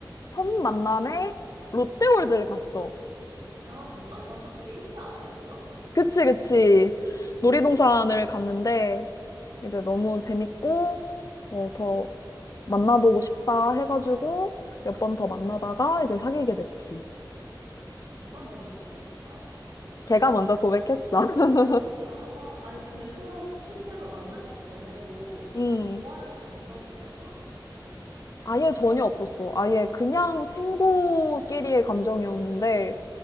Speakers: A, on the left; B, on the right.
A: 첫 만남에 롯데월드를 갔어.
B: 아, 정말? 완전 데이트 아니야, 그거?
A: 그치, 그치. 놀이동산을
B: 음,
A: 갔는데 이제 너무 재밌고 어, 더 만나보고 싶다 해가지고 몇 번 더 만나다가 이제 사귀게 됐지.
B: 누가 먼저 고백했어?
A: 걔가 먼저 고백했어. <laughs>
B: 아, 아니, 근데 서로 실제로 만나기 전에도
A: 음.
B: 좋아하는 감정이 있었어?
A: 아예 전혀 없었어. 아예 그냥 친구끼리의 감정이었는데,